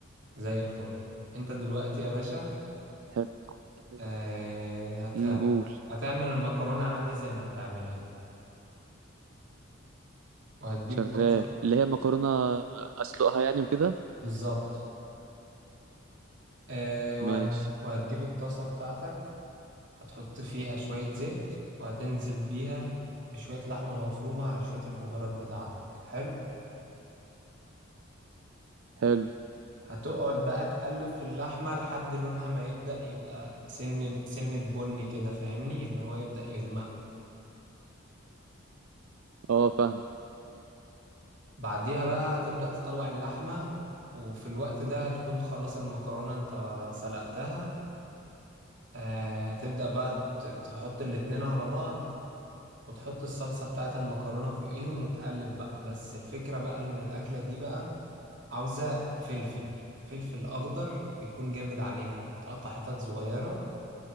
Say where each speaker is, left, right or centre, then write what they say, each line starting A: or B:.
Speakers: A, on the right (about 60°); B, on the right (about 80°).
A: زي الفل انت دلوقتي يا باشا
B: حلو هتعمل
A: آه
B: ايه
A: هت...
B: امم قول
A: هتعمل المكرونه عادي زي ما بتعملها وهتجيب
B: شغال
A: طاسة
B: اللي هي مكرونه اسلقها يعني وكده
A: بالظبط آه وهتجيب,
B: ماشي
A: وهتجيب الطاسة بتاعتك هتحط فيها شوية زيت وهتنزل بيها بشوية لحمة مفرومة على شوية البهارات بتاعتك حلو
B: حلو
A: هتقعد بقى تقلب في اللحمة لحد لونها ما يبدأ يبقى سن سنة بني كده فاهمني اللي هو يبدأ يغمق
B: اه فاهمه
A: بعديها بقى هتبدأ تطلع اللحمة وفي الوقت ده هتكون خلاص المكرونة انت سلقتها آه هتبدأ بقى ت- تحط الاتنين على بعض وتحط الصلصة بتاعة المكرونة فوقيهم وتقلب بقى بس الفكرة بقى إن الأكلة دي بقى عاوزة فلفل فلفل أخضر بيكون جامد عليها بتقطع حتت صغيرة